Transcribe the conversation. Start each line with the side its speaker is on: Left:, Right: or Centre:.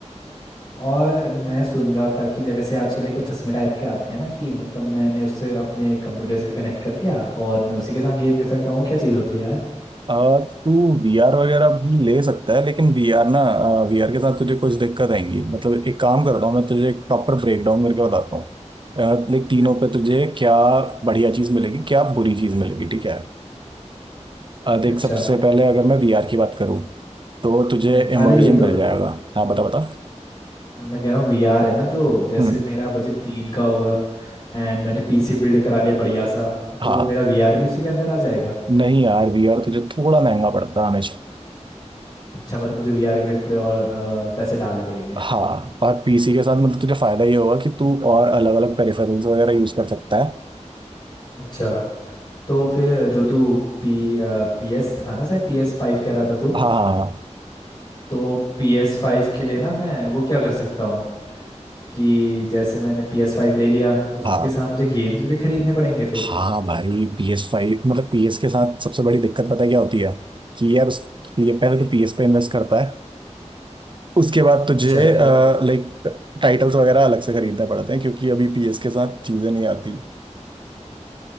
Left: और मैं सुन रहा था कि जैसे आज के लिए कुछ चश्मे टाइप के आते हैं ना कि मतलब मैंने उससे अपने कंप्यूटर से कनेक्ट कर दिया और मैं उसी के साथ गेम खेल सकता हूँ वो क्या चीज़ होती है यार
Right: अ, तू वीआर वगैरह भी ले सकता है लेकिन वीआर ना वीआर के साथ तुझे कुछ दिक्कत आएंगी मतलब एक काम करता हूँ मैं तुझे एक प्रॉपर ब्रेकडाउन करके बताता हूँ अ, देख तीनों पे तुझे क्या बढ़िया चीज़ मिलेगी क्या बुरी चीज़ मिलेगी ठीक है अ, देख
Left: अच्छा
Right: सबसे पहले अगर मैं वीआर की बात करूँ तो तुझे
Left: हम्म,
Right: इमर्जन
Left: अरे ये तो
Right: मिल जाएगा हाँ बता बता
Left: मैं कह रहा हूँ वीआर है ना जो जैसे
Right: हम्म
Left: मेरा बजट तीन का हुआ एंड मैंने पीसी बिल्ड करा लिया बढ़िया सा तो
Right: हाँ
Left: मेरा वीआर भी उसी के अंदर आ जाएगा
Right: नहीं यार वीआर तुझे थोड़ा महंगा पड़ता है हमेशा
Left: अच्छा मतलब मुझे वीआर के लिए थोड़े और अ, पैसे डालने पड़ेंगे
Right: हाँ और पीसी के साथ मतलब तुझे फायदा ये होगा कि तू और अलग अलग पेरिफेरल्स वगैरह यूज कर सकता है
Left: अच्छा तो फिर जो तू पी पीएस था ना शायद पीएस फाइव कह रहा था तू
Right: हाँ हाँ
Left: तो पीएस फाइव के लिए ना मैं वो क्या कर सकता हूँ कि जैसे मैंने पीएस फाइव ले लिया उसके
Right: हाँ
Left: साथ मुझे गेम्स भी खरीदने पड़ेंगे फिर
Right: हाँ भाई पी एस फाइव मतलब पी एस के साथ सबसे बड़ी दिक्कत पता है क्या होती है कि यार उस ये पहले तो पी एस पे इन्वेस्ट करता है उसके बाद
Left: अच्छा
Right: तुझे
Left: अच्छा
Right: लाइक टाइटल्स वगैरह अलग से खरीदने पड़ते हैं क्योंकि अभी पी एस के साथ चीजें नहीं आती